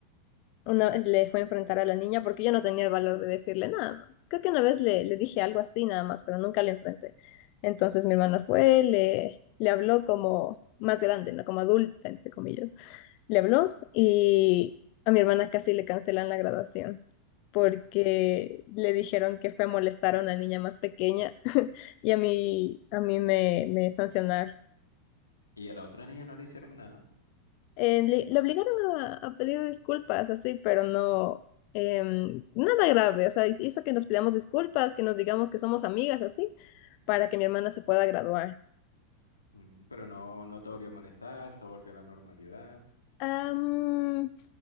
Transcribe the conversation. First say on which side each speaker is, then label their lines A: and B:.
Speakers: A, on the left; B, on the left.
A: una vez le fue a enfrentar a la niña porque yo no tenía el valor de decirle nada, ¿no? Creo que una vez le, le dije algo así nada más, pero nunca le enfrenté. Entonces, mi hermana fue, le, le habló como más grande, ¿no? Como adulta, entre comillas le habló y a mi hermana casi le cancelan la graduación porque
B: Es-
A: le dijeron que fue a molestar a una niña más pequeña <laughs> y a mí, a mí me, me sancionaron.
B: Y a la otra niña no le hicieron nada.
A: Eh, le, le obligaron a, a pedir disculpas, así, pero no, em, nada grave, o sea, hizo que nos pidamos disculpas, que nos digamos que somos amigas, así, para que mi hermana se pueda graduar.
B: Mm, Pero no, no te volvió a molestar, todo volvió a la normalidad.
A: Am,